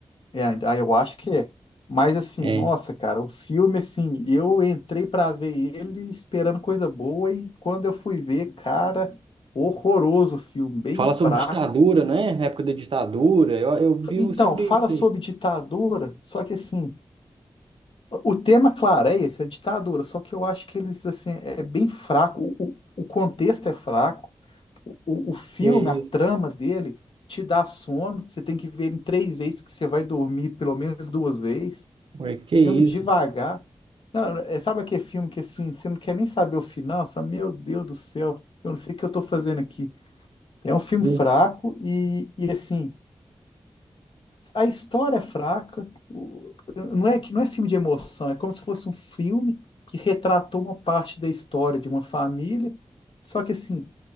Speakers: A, on the left; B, on the right.
A: É, ah, eu acho que é. Mas assim,
B: É.
A: nossa, cara, o filme, assim, eu entrei pra ver ele esperando coisa boa e quando eu fui ver, cara, horroroso o filme, bem
B: Fala
A: fraco.
B: sobre ditadura, não é? Na época da ditadura. Eu, eu vi
A: Então,
B: sobre
A: fala
B: isso
A: sobre
B: aí.
A: ditadura, só que assim, o tema clareia essa ditadura, só que eu acho que eles, assim, é bem fraco, o, o o contexto é fraco, o, o o filme,
B: Que
A: a
B: isso?
A: trama dele te dá sono, você tem que ver ele três vezes, que você vai dormir pelo menos duas vezes.
B: Ué, que
A: Filme
B: isso?
A: devagar. Não, é, sabe aquele filme que assim, você não quer nem saber o final, você fala, meu Deus do céu, eu não sei o que eu tô fazendo aqui. É um filme
B: Hum.
A: fraco e, e assim, a história é fraca, o- não é que não é filme de emoção, é como se fosse um filme que retratou uma parte da história de uma família, só que assim,